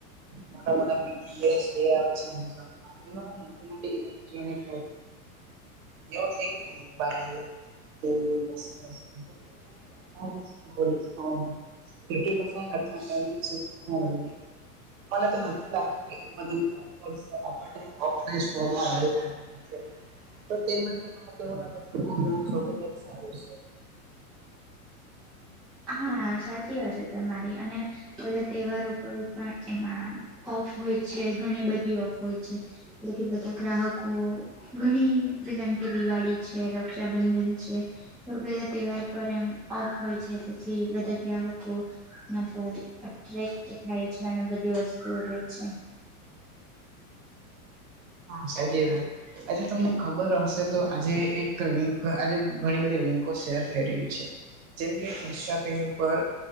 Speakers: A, on the right; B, in the centre.
A: મોટા મોટા <unintelligible> ડે આવે છે એમેઝોન માં મોટી મોટી ઇલેક્ટ્રોનિક એવો થઈ ગયો મોબાઈલ, ટીવી, વોશિંગ મશીન <unintelligible> હો ડિસ્કાઉન્ટ એઈટી પર્સન્ટ અઠવા ટ્વેન્ટી <unintelligible> મને તો નથી લાગતું કે એ બધ ઓફલાઈન સ્ટોરમાં મળી રહે છે. તો તે માટે મને તો એવું લાગે છે કે ઓનલાઈન શોપિંગ સારું છે.
B: હા સાચી વાત છે તમારી અને બધા તહેવારો પર પણ એમાં ઓફ હોય છે ઘણી બધી ઓફ હોય છે. જેથી બધા ગ્રાહકો ઘણી બધી જેમ કે દિવાળી છે રક્ષાબંધન છે તો બધા તહેવાર પર એમ ઓફ હોય છે જે થી બધા ગ્રાહકો <unintelligible> અટરેક્ટ થાય છે અને બધી વસ્તુઓ લે છે.
A: હા <unintelligible> આજે તમને ખબર હશે તો આજે એક લિંક આજે ઘણી બધી લિંકો શેર થઈ રહી છે. જેમ કે ઇન્સ્ટા પેજ ઉપર